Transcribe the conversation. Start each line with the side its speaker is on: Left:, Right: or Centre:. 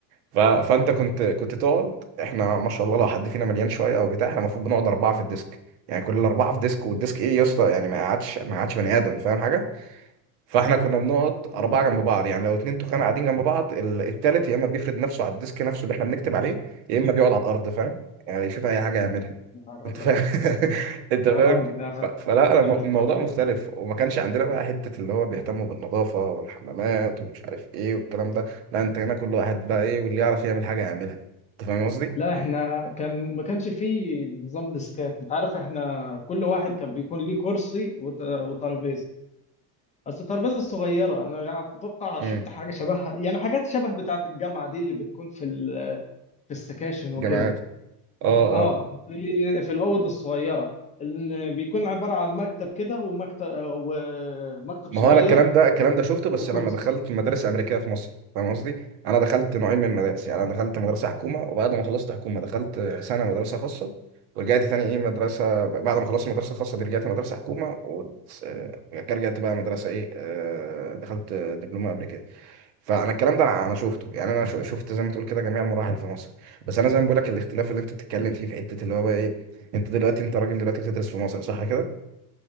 Right: ف... فانت كنت كنت تقعد احنا ما شاء الله لو حد فينا مليان شويه او بتاع احنا المفروض بنقعد اربعه في الديسك يعني كل الاربعه
Left: مم.
Right: في ديسك والديسك ايه يا اسطى يعني ما قعدش ما قعدش بني ادم فاهم حاجه فاحنا كنا بنقعد اربعه
Left: يا نهار ازرق
Right: جنب بعض يعني لو اتنين تخان قاعدين جنب بعض ال- التالت يا اما بيفرد نفسه على الديسك نفسه اللي احنا بنكتب عليه يا اما بيقعد على الارض فاهم يعني يشوف اي حاجه يعملها
Left: يا نهار
Right: انت
Left: ازرق
Right: فاهم <laughs> انت
Left: اه
Right: فاهم
Left: ده
Right: ف- فلا انا
Left: ده مش
Right: الموضوع
Left: طبيعي
Right: مختلف وما كانش عندنا بقى حته اللي هو بيهتموا بالنظافه والحمامات ومش عارف ايه والكلام ده لا انت هنا كل واحد بقى ايه واللي يعرف يعمل حاجه يعملها انت فاهم قصدي
Left: لا احنا كان ما كانش فيه نظام ديسكات انت عارف احنا كل واحد كان بيكون ليه كرسي وت- وترابيزه بس الترابيزه الصغيره انا يعني اتوقع
Right: امم
Left: شفت حاجه شبهها يعني حاجات شبه بتاعه الجامعه دي اللي بتكون في ال- في السكاشن وكده
Right: جامعات اه
Left: اه
Right: اه.
Left: في في الاوض الصغيره اللي بيكون عباره عن مكتب كده ومكتب ومكتب
Right: ما
Left: صغير
Right: هو انا الكلام ده الكلام ده شفته بس
Left: وكرسي
Right: لما دخلت مدارس امريكيه في مصر فاهم قصدي انا دخلت نوعين من المدارس يعني انا دخلت مدرسه حكومه وبعد ما خلصت حكومه دخلت سنه مدرسه خاصه ورجعت تاني ايه مدرسه بعد ما خلصت مدرسه خاصه دي رجعت مدرسه حكومه ورجعت بقى مدرسه ايه آه، دخلت دبلومه امريكيه فانا الكلام ده انا أنا شفته يعني انا شو- شفت زي ما تقول كده جميع المراحل في مصر بس انا زي ما بقول لك الاختلاف اللي انت بتتكلم فيه في حته اللي هو بقى ايه انت دلوقتي انت راجل دلوقتي بتدرس في مصر صح كده